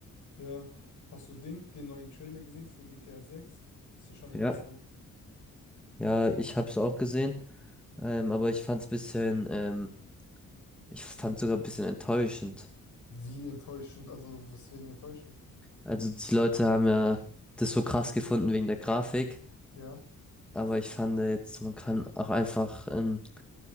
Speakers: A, on the left; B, in the centre.
A: Ja, hast du Ding, den neuen Trailer gesehen für GTA sechs? Ist ja schon interessant.
B: Ja. Ja, ich hab's auch gesehen, ähm, aber ich fand's bisschen, ähm, ich fand's sogar ein bisschen enttäuschend.
A: Wie enttäuschend, also weswegen enttäuschend?
B: Also die Leute haben ja das so krass gefunden wegen der Grafik,
A: Ja.
B: aber ich fand jetzt, man kann auch einfach, ähm,